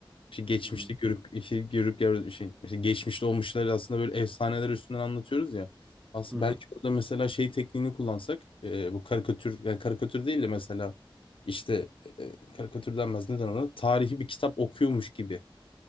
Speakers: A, on the left; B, on the right.
A: İşte geçmişte
B: Hı hı.
A: görüp işte görüp gör- şey işte geçmişte olmuşları aslında böyle efsaneler üstünden anlatıyoruz ya. Aslında
B: Hı hı.
A: belki orada mesela şey tekniğini kullansak e, bu karikatür yani karikatür değil de mesela işte e, karikatür denmez neden ona tarihi bir kitap okuyormuş gibi.